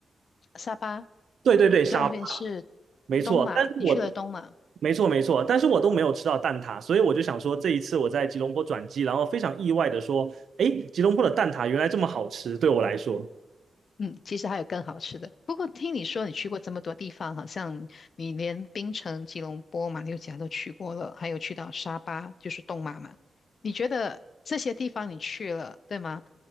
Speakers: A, on the left (about 60°); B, on the right (about 75°).
A: 沙巴
B: 对对对，沙巴
A: 那边是
B: 没错。
A: 东马，
B: 但是我
A: 你去了东马，
B: 没错没错，但是我都没有吃到蛋挞，所以我就想说，这一次我在吉隆坡转机，然后非常意外的说，诶，吉隆坡的蛋挞原来这么好吃，对我来说。
A: 嗯，其实还有更好吃的。不过听你说你去过这么多地方，好像你连槟城、吉隆坡、马六甲都去过了，还有去到沙巴，就是东马嘛。你觉得这些地方你去了，对吗？